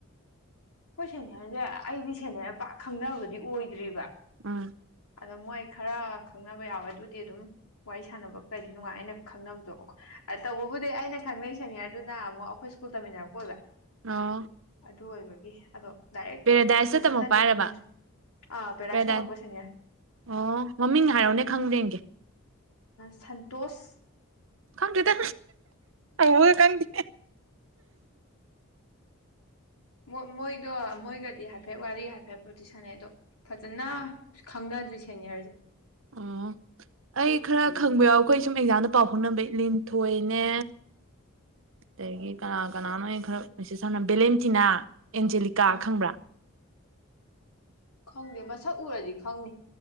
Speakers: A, on the left; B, on the right.
A: ꯍꯣꯏ ꯁꯦꯅꯤ ꯍꯥꯏꯁꯦ ꯑꯩꯗꯤ ꯁꯦꯅꯤꯔ ꯄꯥꯛ ꯈꯪꯅꯕꯗꯤ ꯑꯣꯏꯗ꯭ꯔꯤꯕ
B: ꯎꯝ
A: ꯑꯗꯣ ꯃꯣꯏ ꯈꯔ ꯈꯪꯅꯕ ꯌꯥꯎꯋꯦ ꯑꯗꯨꯗꯤ ꯑꯗꯨꯝ ꯋꯥꯔꯤ ꯁꯥꯟꯅꯕ ꯀꯩꯗꯤ ꯅꯨꯡꯉꯥꯏ ꯑꯩꯅ ꯈꯪꯅꯕꯗꯣ ꯇꯧꯕꯕꯨꯗꯤ ꯑꯩꯅ ꯈꯪꯅꯩ ꯁꯦꯅꯤꯌꯔꯗꯨꯅ ꯑꯃꯨꯛ ꯑꯩꯈꯣꯏ ꯁ꯭ꯀꯨꯜ ꯇꯝꯃꯤꯟꯅꯔꯛꯄ ꯑꯣꯏꯕ
B: ꯑꯥ
A: ꯍ ꯑꯣꯏꯕꯦ ꯑꯗꯣ ꯗꯥꯏꯔꯦꯛ
B: ꯄꯦꯔꯥꯗꯥꯏꯁꯇ
A: ꯐꯖꯅꯗꯤ
B: ꯇꯝꯃꯛꯣ ꯄꯥꯏꯔꯕ
A: ꯈꯪꯅꯗ꯭ꯔꯤ ꯑꯥ ꯄꯦꯔꯥꯏꯁ
B: ꯄꯦꯔꯥꯗꯥꯏꯁ
A: ꯇꯝꯃꯛꯄ ꯁꯦꯅꯤꯌꯔ
B: ꯑꯣ ꯃꯃꯤꯡꯅ ꯍꯥꯏꯔꯛꯅꯦ ꯈꯪꯗ꯭ꯔꯦꯡꯒꯦ
A: ꯁꯟꯇꯣꯁ
B: ꯈꯪꯗꯦꯗ ꯍꯧꯕꯒ ꯈꯪꯗꯦ
A: <inaudible> ꯃꯣꯏꯗꯣ ꯃꯣꯏꯒꯗꯤ ꯍꯥꯏꯐꯦꯠ ꯋꯥꯔꯤ ꯍꯥꯏꯐꯦꯠꯄꯗꯤ ꯁꯥꯟꯅꯩ ꯑꯗꯣ ꯐꯖꯅ ꯈꯪꯅꯗ꯭ꯔꯤ ꯁꯦꯅꯤꯌꯔꯁꯦ
B: ꯑꯣ ꯑꯩ ꯈꯔ ꯈ ꯈꯪꯕ ꯌꯥꯎ ꯑꯩꯈꯣꯏ ꯁꯨꯝ ꯑꯦꯛꯖꯥꯝꯗ ꯄꯥꯎ ꯐꯥꯎꯅꯕ ꯏ ꯂꯤꯟꯊꯣꯏꯅꯦ ꯑꯗꯒꯤ ꯀꯅꯥ ꯀꯅꯥꯅꯣ ꯈꯔ ꯃꯦꯁꯦꯁ ꯁꯝꯅ ꯕꯦꯂꯦꯝꯁꯤꯤꯅꯥ ꯑꯦꯟꯖꯦꯂꯤꯀꯥ
A: ꯎꯝ
B: ꯈꯪꯕ꯭ꯔꯥ
A: ꯈꯪꯗꯦ ꯃꯁꯛ ꯎꯔꯗꯤ ꯈꯪꯅꯤ